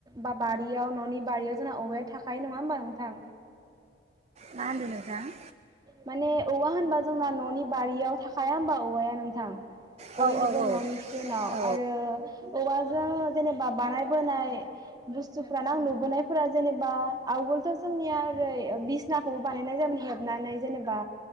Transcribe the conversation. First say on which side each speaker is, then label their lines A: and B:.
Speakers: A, on the right; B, on the right.
A: बा बारियाव न'नि बारियाव जोंना औवाया थाखायो नंङा होमबा नोंथां?
B: मा होनदों नोंथां?
A: माने औवा होनबा जोंना न'नि बारियाव थाखाया होमबा औवाया नोंथां? बयनिबो
B: औ औ औ
A: न'नि <unintelligible> नाव
B: औ
A: आरो औवाजों जेनेबा बानाय बोनाय बुस्थुफ्रानो आं नुबोनायफोरा जेनेबा आवगोलथ' जोंनिया ओरै बिसनाखौबो बानायनाय जायोमोन हेबनानै जेनबा